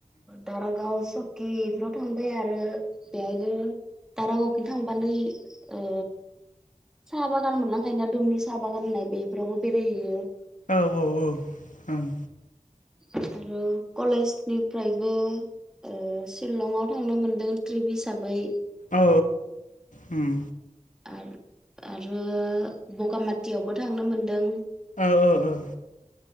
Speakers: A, in the centre; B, on the left.
A: दारागाव सकि इफोराव थांबाय आरो बेहायनो दारागावखै थांबानो ओ साहा बागान मोनलांखाय ना दुमनि साहा बागान होननाय बेफोरावबो बेरायहैयो।
B: औ औ औ ओं।
A: आरो कलेजनिफ्रायबो ओ सिलङाव थांनो मोनदों ट्रिप हिसाबै
B: औ उम।
A: आरो आरो बगामाथियावबो थांनो मोनदों।
B: औ औ औ